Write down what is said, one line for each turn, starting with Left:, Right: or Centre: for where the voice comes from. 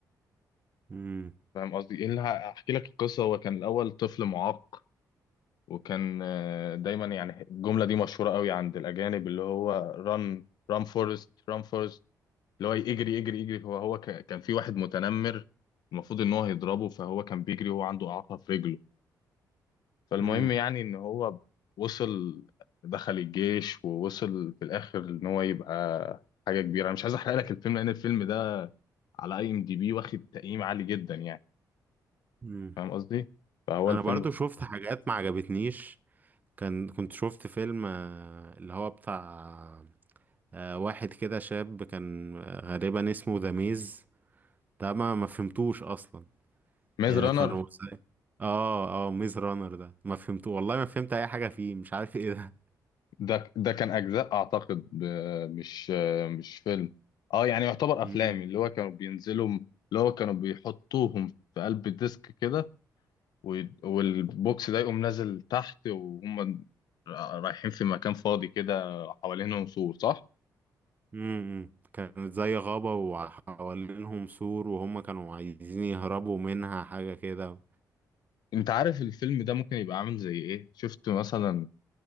Right: مم.
Left: فاهم قصدي ايه اللي ه- هحكي لك القصه هو كان الاول طفل معاق وكان آه، دايما يعني الجمله دي مشهوره قوي عند الاجانب اللي هو ران ران فورست ران فورست اللي هو يجري يجري يجري هو هو ك- كان في واحد متنمر المفروض ان هو هيضربه فهو كان بيجري وهو عنده اعاقه في رجله فالمهم
Right: مم.
Left: يعني ان هو وصل دخل الجيش ووصل في الاخر ان هو يبقى حاجه كبيره انا مش عايز احرق لك الفيلم لان الفيلم ده على اي ام دي بي واخد تقييم عالي جدا يعني
Right: مم.
Left: فاهم قصدي فهو
Right: انا
Left: الفيلم
Right: برضو شفت حاجات ما عجبتنيش كان كنت شفت فيلم آه، اللي هو بتاع آه، واحد كده شاب كان آه، غالبا اسمه ذا ميز ده ما ما فهمتوش اصلا
Left: ميز
Right: يعني
Left: رانر
Right: كانوا ساي- اه اه ميز رانر ده ما فهمته والله ما فهمت اي حاجه فيه مش عارف ايه ده
Left: ده ده كان اجزاء اعتقد ب- مش مش فيلم اه يعني يعتبر
Right: <laughs>
Left: افلام
Right: مم.
Left: اللي هو كانوا بينزلوا اللي هو كانوا بيحطوهم في قلب الديسك كده وي- والبوكس ده يقوم نازل تحت وهم رايحين في مكان فاضي كده حوالينهم سور صح؟
Right: مم. كانت زي غابه وحوالينهم سور وهم كانوا عايزين يهربوا منها حاجه كده
Left: انت عارف الفيلم ده ممكن يبقى عامل زي ايه؟ شفت مثلا